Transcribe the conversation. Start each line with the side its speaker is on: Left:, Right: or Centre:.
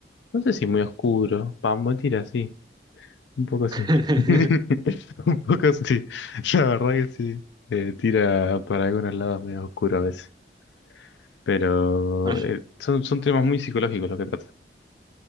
Left: No sé si muy oscuro. Pambo tira, sí. Un poco sí.
Right: <laughs>
Left: <laughs> Un poco sí. La verdad que sí. Eh, tira para algunos lados medio oscuro a veces. Pero
Right: Bueno, yo,
Left: eh, son, son temas muy psicológicos los que trata.